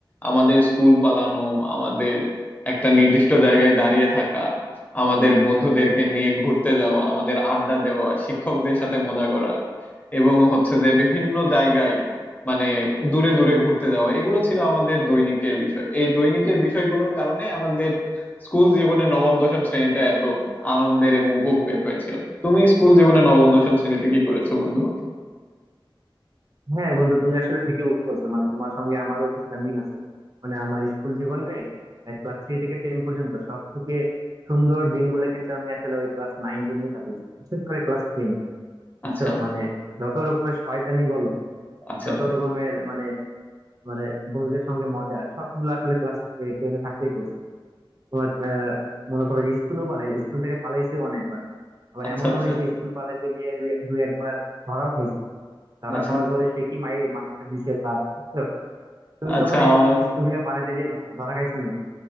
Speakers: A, on the left; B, on the right.
A: আমাদের স্কুল পালানো আমাদের একটা নির্দিষ্ট জায়গায় দাঁড়িয়ে থাকা আমাদের বন্ধুদেরকে নিয়ে ঘুরতে যাওয়া আমাদের আড্ডা দেওয়া শিক্ষকদের সাথে মজা করা এবং হচ্ছে যে বিভিন্ন জায়গায় মানে দূরে দূরে ঘুরতে যাওয়া এগুলো ছিল আমাদের দৈনিকের বিষয় এই দৈনিকের বিষয়গুলোর কারণে আমাদের স্কুল জীবনে নবম দশম শ্রেণীটা এত আনন্দের এবং উপভোগের হয়েছিল তুমি স্কুল জীবনে নবম দশম শ্রেণীতে কি করেছো বন্ধু
B: হ্যাঁ বন্ধু তুমি আসলে ঠিকই বলছো মানে তোমার সঙ্গে আমারও কিছুটা মিল আছে মানে আমার স্কুল জীবনে ক্লাস থ্রি থেকে টেন পর্যন্ত সব থেকে সুন্দর দিনগুলো কিন্তু আমি আসলে ওই ক্লাস নাইন টেনেই কাটাইছি বিশেষ করে ক্লাস টেনে বুঝছো
A: আচ্ছা
B: মানে যত রকমের শয়তানি বলো আর
A: আচ্ছা
B: যত রকমের মানে মানে বন্ধুদের সঙ্গে মজা সবগুলো আসলে ক্লাস টেনে থাকতেই করছি তোমার আহ, মনে করো যে স্কুলও পালাই স্কুল থেকে পালাইছি অনেক আবার
A: আচ্ছা
B: এমনও
A: আচ্ছা
B: হয়েছে স্কুল পালাতে গিয়ে দুই দুই একবার ধরা খাইছি ধরা
A: আচ্ছা
B: খাওয়ার পরে সে কি মাই মাইরটা দিছে স্যার বুঝছো তুমি
A: আচ্ছা
B: কখন
A: আমার
B: স্কুল থেকে পালাতে গিয়ে ধ- ধরা খাইছো নাকি